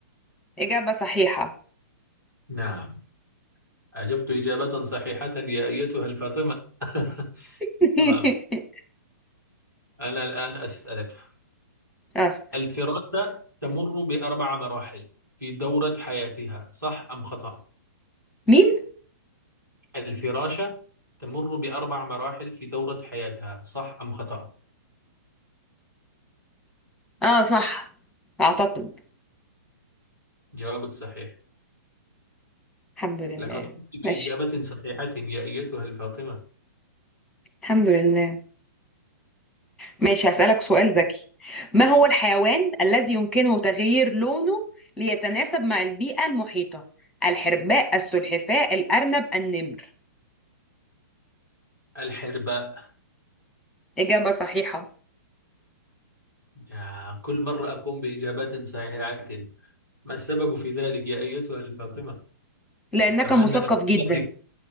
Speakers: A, in the centre; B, on the right.
A: إجابة صحيحة
B: نعم أجبت إجابة صحيحة يا أيتها الفاطمة <laughs>
A: <laughs>
B: تمام أنا الآن أسألك
A: أسك.
B: الفراشة تمر بأربع مراحل في دورة حياتها صح أم خطأ؟
A: مين؟
B: الفراشة تمر بأربع مراحل في دورة حياتها صح أم خطأ؟
A: اه صح اعتقد
B: جوابك صحيح
A: الحمد لله
B: لقد قمت بإجابة
A: ماشي
B: صحيحة يا أيتها الفاطمة
A: الحمد لله ماشي هسألك سؤال ذكي ما هو الحيوان الذي يمكنه تغيير لونه ليتناسب مع البيئة المحيطة الحرباء السلحفاء الأرنب النمر
B: الحرباء
A: إجابة صحيحة
B: يا كل مرة أقوم بإجابات صحيحة ما السبب في ذلك يا أيتها الفاطمة؟
A: لأنك
B: أم
A: مثقف
B: أن أسئلتك
A: جدا